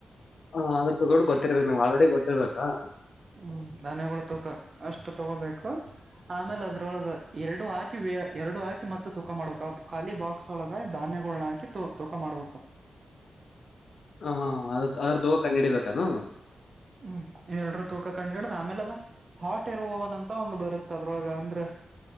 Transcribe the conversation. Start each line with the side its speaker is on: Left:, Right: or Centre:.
Left: ಹಾ ಅದ್ರ ತಗೊಡು ಗೊತ್ತಿರ್ಬೇಕ್ ನಮ್ಗ್ ಆಲ್ರೆಡಿ ಗೊತ್ತಿರ್ಬೇಕಾ
Right: ಹ್ಮ್ ಧನ್ಯಗಳು ತೂಕ ಅಷ್ಟು ತಗೋಬೇಕು ಆಮೇಲೆ ಅದ್ರೊಳ್ಗ ಎರ್ಡು ಹಾಕಿ ಯ ಎರ್ಡು ಹಾಕಿ ಮತ್ ತೂಕ ಮಾಡ್ಬೇಕ ಅವ್ಗ್ ಖಾಲಿ ಬಾಕ್ಸ್ ಒಳಗ ಧಾನ್ಯಗುಳ್ನ ಹಾಕಿ ತೂ ತೂಕ ಮಾಡ್ಬೇಕ
Left: ಹ ಹಾ ಅದ್ರ್ ಅದ್ರು ತೂಕ ಕಂಡ್ ಹಿಡಿಬೇಕಾನು?
Right: ಹ್ಮ್ ಇವ್ ಎರ್ಡ್ರು ತೂಕ ಕಂಡ್ ಹಿಡ್ದ್ ಆಮೇಲೆ ಅದ ಹಾಟ್ ಏರ್ ಓವನ್ ಅಂತ ಒಂದು ಬರುತ್ತ ಅದ್ರೊಳ್ಗ ಅಂದ್ರೆ